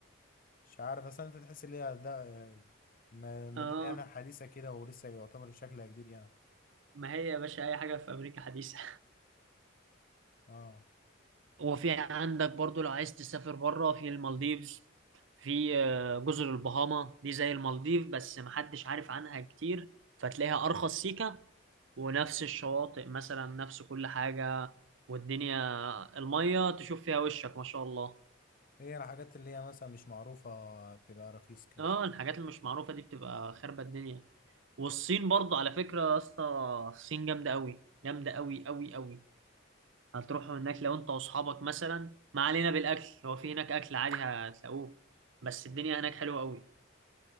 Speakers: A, on the left; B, on the right.
A: مش عارف أصلا أنت تحس إن هي ده آه، م- مدينة
B: اه
A: يعني حديثة كده ولسه يعتبر شكلها جديد يعني
B: ما هي يا باشا اي حاجه في امريكا حديثه
A: اه
B: وفي عندك برضو لو عايز تسافر بره في المالديفز في آه، جزر البهاما دي زي المالديف بس محدش عارف عنها كتير فتلاقيها أرخص سيكة ونفس الشواطئ مثلا نفس كل حاجة والدنيا المية تشوف فيها وشك ما شاء الله
A: هي الحاجات اللي هي مثلا مش معروفة بتبقى رخيص كده
B: اه الحاجات اللي مش معروفة دي بتبقى خربة الدنيا والصين برضو على فكرة يا اسطى الصين جامدة أوي جامدة أوي أوي أوي هتروحوا هناك لو انت واصحابك مثلا ما علينا بالاكل هو في هناك اكل عادي هتلاقوه بس الدنيا هناك حلوه قوي